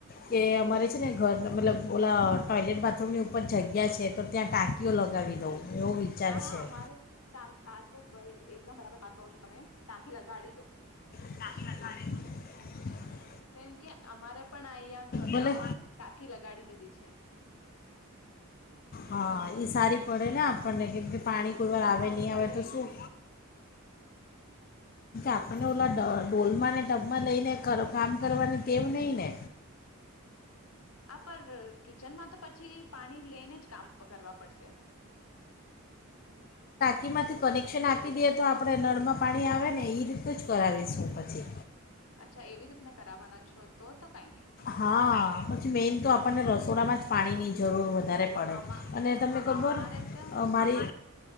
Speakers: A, on the left; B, on the left.
A: કે અમારે છે ને ઘર મતલબ ઓલા ટોયલેટ બાથરૂમની ઉપર જગ્યા છે, તો ત્યાં ટાંકીઓ લગાવી દઉં એવો વિચાર
B: હા
A: છે
B: હા અમારે આ, તો ભાઈ એકદમ બરાબર વાત પર કરો છો તમે ટાંકી લગાડી દો
A: ટાંકી લગાડી <unintelligible>
B: કેમ કે અમારે પણ અહીંયા
A: ભલે
B: ઘરમાં ટાંકી લગાડી દીધી છે
A: હા, ઈ સારી પડે ને આપણને <unintelligible> પાણી
B: હા
A: કોઈ
B: બહુ
A: વાર આવે
B: સારી
A: ની
B: પડે
A: આવે તો શું આપને ઓલા ડર ઢોલમાં ને ટબમાં લઈને કામ કરવાનું તેમ નહીં ને.
B: આપ પર કિચનમાં તો પછી પાણી લઈને જ કામ કરવા પડશે.
A: ટીમાંથી કનેક્શન આપી દઈએ તો આપણે નળમાં પાણી આવે ને એ રીતે જ કરાવીશું પછી.
B: અચ્છા એવી રીતને કરાવવાના છો તો તો કઈ નહી.
A: હા પછી મેઇન તો આપણને રસોડામાં જ પાણી ની જરૂર વધારે
B: હા
A: પડે,
B: આમાં
A: અને તને ખબર
B: અમારે તો
A: મારી